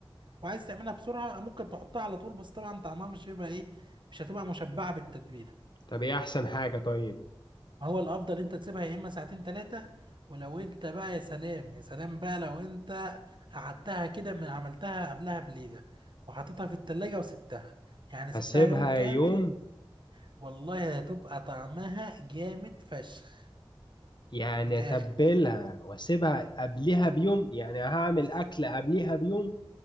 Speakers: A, on the right; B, on the left.
A: وعايز تعملها بسرعه ممكن تحطها على طول بس طبعا طعمها مش هيبقى ايه مش هتبقى مشبعه بالتتبيله
B: طب ايه احسن حاجة طيب
A: هو الافضل انت تسيبها يا اما ساعتين ثلاثه ولو انت بقى يا سلام يا سلام بقى لو انت قعدتها كده من عملتها قبلها بليله وحطيتها في التلاجة وسبتها يعني سبتها
B: هسيبها
A: يوم كامل
B: يوم
A: والله هتبقى طعمها جامد فشخ
B: يعني
A: من الاخر
B: اتبلها واسيبها قبلها بيوم يعني هعمل
A: بس
B: اكل قبلها بيوم